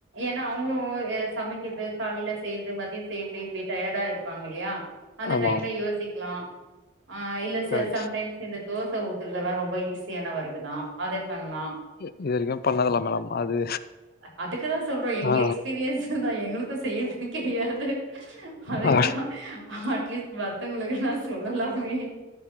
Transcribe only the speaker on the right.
ஏன்னா அவங்களு சமைக்குது காலையில செய்யுது மதிய செய்யது இப்படி டயர்டா இருப்பாங்க இல்லையா அந்த
டைம்ல யோசிக்கலா அ இல்ல சில
சம்டைம்ஸ் இந்த தோச ஊத்துறதுல்லா ரொம்ப ஈஸியான வுர்க்குதா அதே பண்ணலா
அதுக்கு தா சொல்ற எங்க
எக்ஸ்பீரியன்ஸ்ன் தா எங்களுக்கு சேத்து விக்க தெரியாது அதேதா
அட்லீஸ்ட் மத்தவங்களுக்கு நா சொல்லாமே